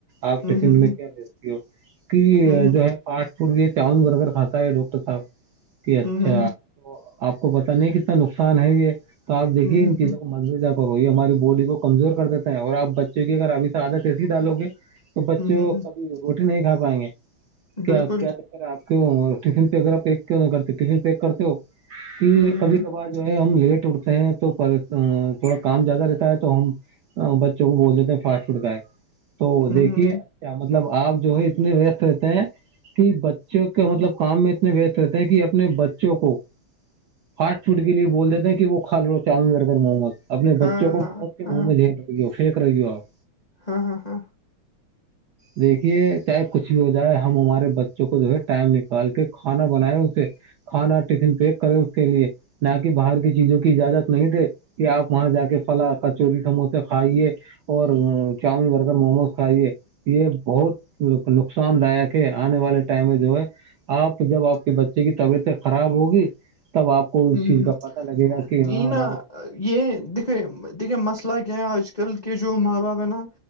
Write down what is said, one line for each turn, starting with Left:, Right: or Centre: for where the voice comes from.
Right: آپ
Left: ہوں،
Right: ٹفن
Left: ہوں،
Right: میں
Left: ہوں،
Right: کیا بیجتی ہو کہ
Left: ہوں،
Right: جو ہے فاسٹ فوڈ یہ چان برگر کھاتا ہے ڈاکٹر صاحب کہ اچھا
Left: ہوں، ہوں، ہوں،
Right: تو آپ کو پتہ نہیں کتنا نقصان ہے یہ تو آپ دیکھیے
Left: ہوں، ہوں،
Right: ان چیزوں کو انگزا کرو یہ ہماری باڈی کو کمزور کر دیتا ہے اور آپ بچے کی اگر ابھی سے آادت ایسی ہی ڈالو گے تو بچوں
Left: ہوں، ہوں، ہوں،
Right: کبھی روٹی نہیں کھا پائیں گے کیا
Left: بالکل،
Right: کیا س آپ کی فن پہ ا پیکوں نہیں کرتے فن پیک کرتے ہو کہ
Left: ہوں، ہوں،
Right: کبھی
Left: ہوں،
Right: کبار جو ہے ہم لیٹ اٹھتے ہیں تو تھوڑا کام زیادہ رہتا ہے تو ہم بچوں کو بول دیتے ہیں فاسٹ فوڈ کا ہے تو
Left: ہوں،
Right: دیکھیے
Left: ہوں،
Right: کیا مطلب آپ جو ہے اتنے ویست رہتے ہیں کہ بچوں کے مطلب کام میں اتنے وستت رہتے ہیں کہ اپنے بچوں کو پاٹ فوٹ کے لیے بول دیتے ہیں کہ وہ کھا لو چا برگر محمت اپنے
Left: ہاں،
Right: بچوں کو
Left: ہاں،
Right: موت کے
Left: ہاں،
Right: منہ میں دے لو فیک رہےی ہو آپ
Left: ہاں ہاں ہاں
Right: دیکھیے چاہے کچھ بھی ہو جائے ہمارے بچوں کو جو ہے ٹائم نکال کے کھانا بنائے اسے کھانا ٹفن پیک کرے اس کے لیے نہ کہ باہر کی چیزوں کی اجازت نہیں دے کہ آپ وہاں جا کے فلا کچوری سموسے کھائیے اور چاؤمین بر کر موموز کھائیے یہ بہت نقصان داک ہے آنے والے ٹائم میں جو ہے آپ جب آپ کے بچے کی طبیعتیں خراب ہوگی تب آپ کو اس
Left: ہوں،
Right: چیز
Left: ہوں۔
Right: کا پتا لگے گا کہ
Left: یہ
Right: ہاں
Left: نا
Right: ہمارے ب
Left: یہ دیکھے دیکھے مسئلہ کیا ہے آج کل کے جو ماں باپ ہیں نا